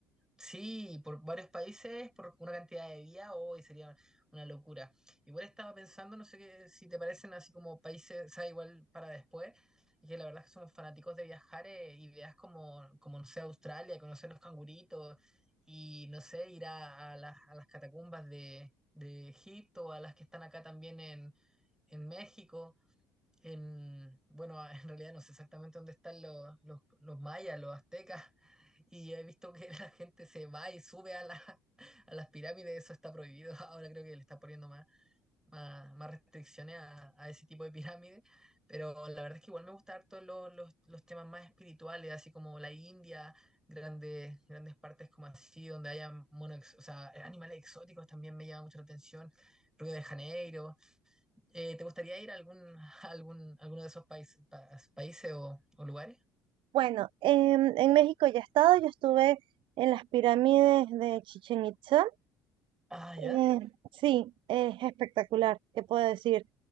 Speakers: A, in the centre; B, on the right (about 50°).
A: Sí, por varios países, por una cantidad de días, hoy sería una locura. Igual estaba pensando, no sé qué, si te parecen así como países, o sea, igual para después y que la verdad es que somos fanáticos de viajar eh, y veas como, como, no sé, Australia, conocer los canguritos y, no sé, ir a, a las, a las catacumbas de, de Egipto, a las que están acá también en, en México. En, bueno, <laughs> en realidad no sé exactamente dónde están los, los, los mayas, los aztecas, y he visto que la gente se va y sube a, la, a las pirámides, eso está prohibido, <laughs> ahora creo que le está poniendo más más, más restricciones a, a ese tipo de pirámides, pero la verdad es que igual me gustan harto los, los, los temas más espirituales, así como la India, grandes, grandes partes como así, donde haya mono, ex- o sea, animales exóticos también me llama mucho la atención. Río de Janeiro. Eh, ¿te gustaría ir a algún, <laughs> a algún, alguno de esos países, pa- países o, o lugares?
B: Bueno, en, en México ya he estado, yo estuve en las pirámides de Chichen Itza
A: Ah, ya.
B: Eh, sí, es espectacular, ¿qué puedo decir?